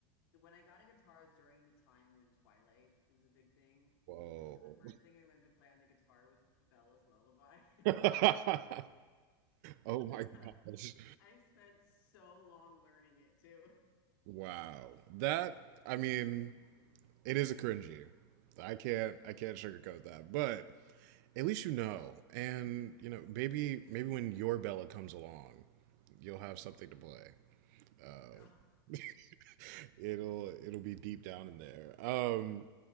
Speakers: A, on the left; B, on the right.
A: When I got a guitar was during the time when Twilight was a big thing.
B: whoa.
A: And so the first thing I learned to play on the guitar was Bella's Lullaby. <laughs>
B: <laughs> oh my
A: Yeah.
B: gosh!
A: I spent so long learning it too.
B: Wow, that I mean, it is a cringy. I can't I can't sugarcoat that, but at least you know, and you know, maybe maybe when your Bella comes along, you'll have something to play. Uh,
A: <laughs>
B: <laughs> it'll it'll be deep down in there. Um,